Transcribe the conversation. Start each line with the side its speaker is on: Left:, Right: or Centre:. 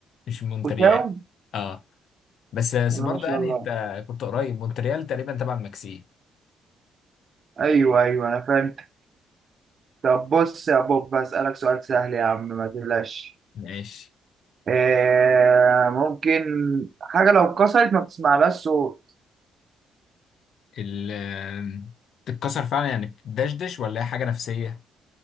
Left: مش مونتريال
Right: اوتاو
Left: اه بس بس
Right: بسم الله
Left: برضه
Right: ما شاء
Left: يعني
Right: الله
Left: انت كنت قريب مونتريال تقريبا تبع المكسيك
Right: ايوه ايوه انا فاهم طب بص يا بوب هسألك سؤال سهل يا عم ما تقلقش
Left: ماشي
Right: آه، ممكن حاجة لو اتكسرت ما بتسمعلهاش صوت
Left: ال آم، تتكسر فعلا يعني بتدشدش ولا هي حاجة نفسية؟